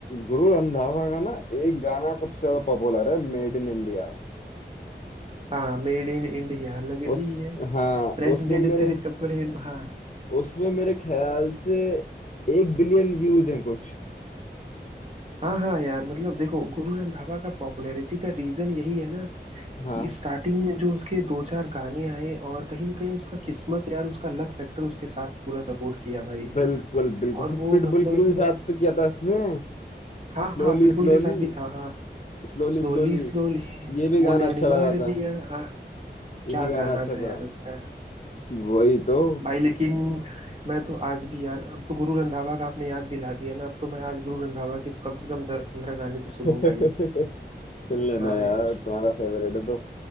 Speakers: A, on the left; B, on the right.
A: गुरु रंधावा का ना एक गाना सबसे ज्यादा पॉपुलर है मेड इन इंडिया
B: हाँ मेड इन इंडिया लग
A: उस
B: दी है
A: हाँ
B: ब्रांडेड
A: उसमें मेरे
B: तेरे कपड़े हाँ
A: उसमें मेरे ख्याल से एक बिलियन व्यूज हैं कुछ
B: हाँ हाँ यार मतलब देखो गुरु रंधावा का पॉपुलैरिटी का रीजन यही है ना
A: हाँ
B: कि स्टार्टिंग में जो उसके दो चार गाने आए और कहीं ना कहीं उसका किस्मत यार उसका लक फैक्टर उसके साथ पूरा सपोर्ट किया भाई
A: बिल्कुल बिल्कुल
B: और वो
A: पिटबुल
B: मतलब
A: के भी साथ तो किया था उसने
B: हाँ
A: Slowly
B: हाँ पिटबुल
A: slowly
B: के साथ भी था हाँ
A: slowly
B: स्लोली
A: slowly
B: स्लोली
A: ये भी गाना
B: मुंडिया ने
A: अच्छा
B: मार
A: लगा था
B: दिया हाँ
A: ये
B: क्या
A: भी गाना
B: गाना
A: अच्छा
B: था यार
A: था
B: उसका
A: वही तो
B: भाई लेकिन मैं तो आज भी यार अब तो गुरु रंधावा का आपने याद दिला दिया ना अब तो मैं आज गुरु रंधावा के कम से कम दस पंद्रह गाने तो
A: <laughs>
B: सुनूंगा ही
A: सुन लेना
B: हाँ
A: यार
B: यार
A: तुम्हारा फेवरेट है तो